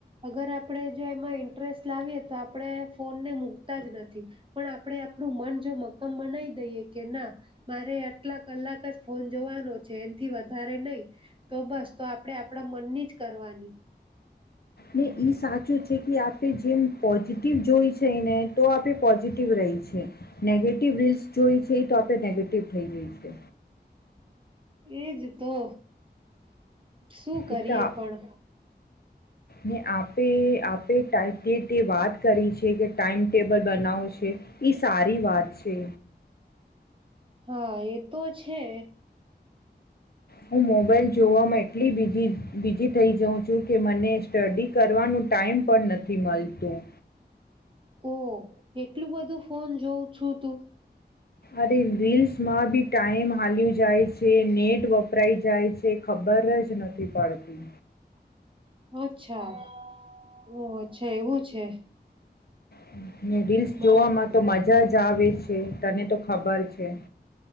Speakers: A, on the right (about 30°); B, on the left (about 60°).
A: અગર આપણેે જો એમાં ઇન્ટરેસ્ટ લાવીએ તો આપણે ફોનને મુક તા જ નથી. પણ આપણે આપણું મન ન મક્કમ બનાઈ દઈએ કે ના મારે આટલા કલાક જ ફોન જોવાનો છે એનથી વધારે નઈ તો બસ તો આપડે આપણા મનની જ કરવાની.
B: ને ઈ સાચું છે કે આપણે જેમ પોઝિટિવ જોય છે ને તો આપે પોઝિટિવ રહી છે. નેગેટિવ રીલ્સ જોય છે તો આપણે નેગેટિવ થઈ જાય છે.
A: એ જ તો. શું કરીએ
B: એક તો આ
A: પણ.
B: ને આપે આપે તે તે વાત કરી છે કે ટાઈમટેબલ બનાવું છે એ સારી વાત છે.
A: હા એ તો છે.
B: હું મોબાઇલ જોવામાં એટલી બીઝી થઈ જાઉં છું કે મને સ્ટડી કરવાનું ટાઈમ પણ નથી મળતું.
A: ઓ એટલું બધું ફોન જોઉં છું તું?
B: અરે રીલ્સમાં બી ટાઈમ હાલ્યો જાય છે, નેટ વપરાઈ જાય છે ખબર જ નથી પડતી.
A: અચ્છા ઓ અચ્છા એવું છે.
B: હમ્મ. ને રીલ્સ
A: બરાબર
B: જોવામાં તો મજા જ મજા આવે છે તને તો ખબર છે.